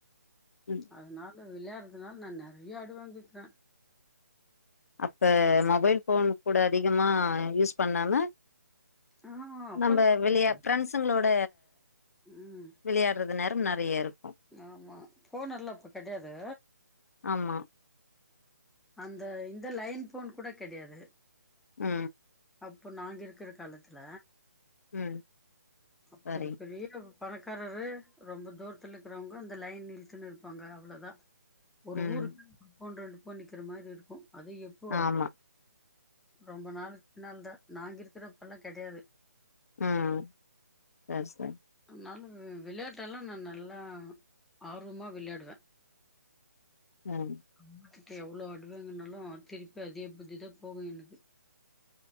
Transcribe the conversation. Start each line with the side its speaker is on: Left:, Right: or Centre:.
Left: ம்
Centre: அதனால விளையாடுறதுனால நா நெறைய அடி வாங்கிருக்கே
Left: அப்போ மொபைல் ஃபோன் கூட அதிகமாக யூஸ் பண்ணாம
Centre: ஆ அப்பல்ல
Left: நம்ம வெளிய பிரரெண்ட்ஸுங்களோட
Centre: ம்
Left: விளையாடுறது நேரம் நெறைய இருக்கு
Centre: ஆமா ஃபோன் எல்லா அப்ப கிடையாது
Left: ஆமா
Centre: அந்த இந்த லைன் ஃபோன்னு கூட கிடையாது
Left: ஆ
Centre: அப்ப நாங்க இருக்கிற காலத்துல
Left: ம்
Centre: அப்படி
Left: சரி
Centre: பெரிய பணக்காரரு ரொம்ப தூரத்துல இருக்கிறவங்க அந்த லைன் இழுத்துன்னு இருப்பாங்க அவ்வளவுதா ஒரு
Left: ம்
Centre: ஊருக்கு <unintelligible> போன் நிக்கிற மாரி இருக்கு அது எப்போ
Left: ஆமா
Centre: ரொம்ப நாளுக்கு பின்னால தா நாங்க இருக்கிறப்பெல்லா கிடையாது
Left: ம் சேர சேரி
Centre: அதனால விளையாட்டலா நா நல்லா ஆ ஆர்வமா விளையாடுவே
Left: ம்
Centre: அவங்க கிட்ட எவ்வளவு அடுவாங்கன்னாலு திருப்பி அதே புத்திதா போகு எனக்கு